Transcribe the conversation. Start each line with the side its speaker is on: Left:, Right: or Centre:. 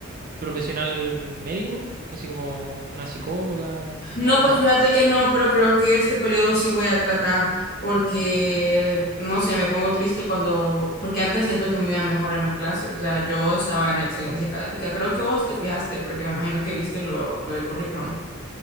Right: profesional médico, así como una psicóloga
Left: No,
Right: o algo
Left: pues
Right: así.
Left: fíjate que no, pero creo que este periodo sí voy a tratar porque, no sé, me pongo triste cuando, porque antes siento que me iba mejor en las clases, o sea, yo estaba en excelencia académica, creo que vos te fijaste porque me imagino que viste lo, lo del currículum.